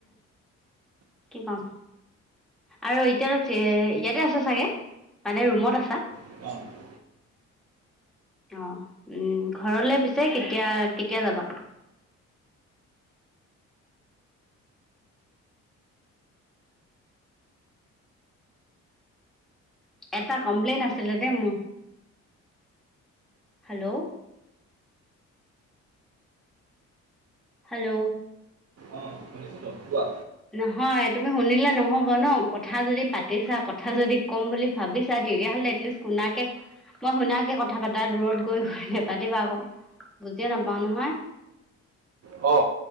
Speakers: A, in the centre; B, on the right.
A: কি কম? আৰু এতিয়াটো এ- ইয়াতে আছে ছাগে? মানে ৰুমত আছা?
B: <unintelligible>
A: অ, উম ঘৰলে পিছে কেতিয়া-কেতিয়া যাবা? এটা কমপ্লেইন আছিলে দেই মো, হেল্ল'। হেল্ল'।
B: অ, শুনিছো ত কোৱা?
A: নহয়, তুমি শুনিলে নহ'ব ন, কথা যদি পাতিছা, কথা যদি ক'ম বুলি ভাবিছা, তেতিয়াহ'লে এট লিষ্ট শুনাকে মই শুনাকে কথা পাতা, দূৰত গৈ নেপাতিবা আক। বুজিয়ে নাপাও নহয়।
B: অ,